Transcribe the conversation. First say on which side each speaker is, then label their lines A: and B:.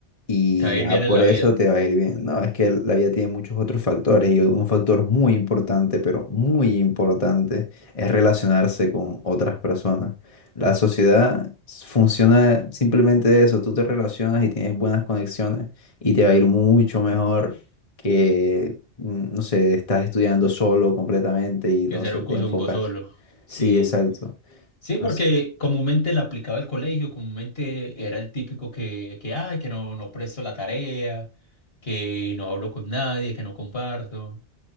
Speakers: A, on the left (about 30°); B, on the left (about 60°).
A: y
B: Te va a
A: ya
B: ir bien
A: por
B: en la
A: eso
B: vida,
A: te va a ir bien. No, es que la vida tiene muchos otros factores y un factor muy importante, pero muy importante, es relacionarse con otras personas. La sociedad s- funciona simplemente de eso. Tú te relacionas y tienes buenas conexiones y te va a ir mucho mejor que, mm, no sé, estás estudiando solo completamente y
B: que
A: no
B: ser
A: sé,
B: un
A: te
B: cosumbo
A: enfocas.
B: solo. Sí.
A: Sí, exacto.
B: Sí, porque
A: As-
B: comúnmente la aplicaba el colegio, comúnmente era el típico que, que, ay, que no, no presto la tarea, que no hablo con nadie, que no comparto.